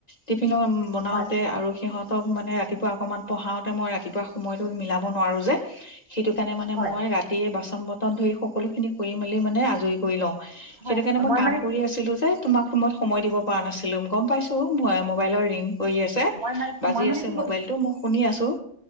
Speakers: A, on the left; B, on the right.
A: কফিলং বনাওঁতে
B: হয়
A: আৰু সিহঁত মানে ৰাতিপুৱা অকনমান পঢ়াওতে মই ৰাতিপুৱা সময়তো মিলাব নোৱাৰো যে সেইটো কাৰণে মানে
B: হয়
A: মই ৰাতিয়ে বাছ ন বৰন ধুই সকলোখিনি কৰি মেলি মানে আজ আজৰি কৰি লওঁ,
B: হয়
A: সেইটো
B: হয়
A: কাৰণে মই ক
B: মানে কি
A: কৰি আছিলোঁ যে তোমাক সময় দিব নাছিলো গম পাইছো মই মোবাইলৰ ৰিং কৰি আছে
B: মছো
A: বাজি
B: মই মান
A: আছে
B: কি
A: মোবাইলটো
B: কৰি
A: মই শুনি আছোঁ